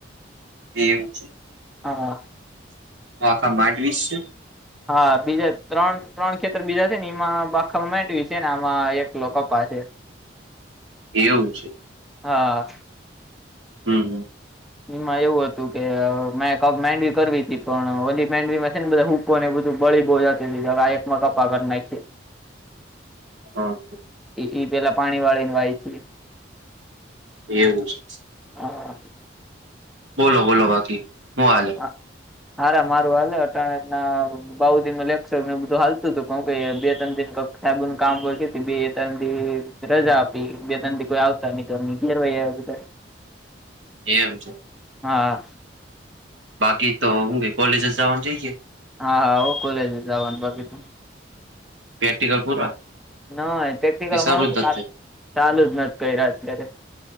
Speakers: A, on the right; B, in the centre.
A: એવું છે,
B: હા
A: આખ માંડવીસ છે.
B: હા, બીજા ત્રણ-ત્રણ ખેતર બીજા છે, ને એમાં બાખામાં મેવીશ છે, ને આમાં એક લોકો પાસે
A: એવું છે.
B: હા.
A: હમ્મ, હમ્મ.
B: એમાં એવું હતું કે મેં માંડવી કરવી હતી, પણ ઓલી માંડવીમાં છે ને બધા હુ ને બધું બળી બો જતી દીધું એકમાં કપાસ નાખીએ.
A: હા.
B: એ પેલા પાણી વાળી
A: એવું છે.
B: હા.
A: બોલો, બોલો બાકી હું હાલ?
B: <inaudible> હારા મારું હા અટાણના બો દિનનું લેક્સરને બધું હાલતું હતું બે-ત્રણ દિવ સાહેબોને કામ હોય બે થી ત્રણ રજા આપી, બે-ત્રણથી કોઈ આવતા ન હોય તો એ ઘેર હોય બધા. <inaudible>
A: એમ છે,
B: હા
A: બાકી તો હું કોલેજ જ જવાનું જઈએ?
B: હા, હા આવ કોલેજ છે જવાનું બાકી તો
A: પ્રેક્ટિકલ પૂરા
B: ના, પ્રટેક્ટિકલ
A: કે
B: અમારું
A: સારું જ
B: ચાલુ જ નથી કર્યા અત્યારે.